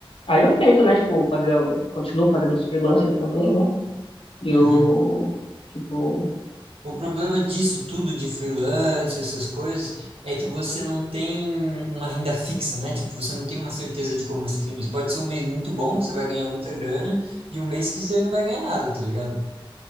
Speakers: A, on the left; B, on the right.
A: aí eu tento, né, tipo, fazer, continuo fazendo os freelancers também, né? E
B: Uhum.
A: eu, tipo,
B: O problema disso tudo de freelance, essas coisas, é que você não tem uma renda fixa, né? Tipo, você não tem uma certeza de como vai ser aquele mês. Pode ser um mês muito bom, você vai ganhar muita grana, e um mês que você não vai ganhar nada, tá ligado?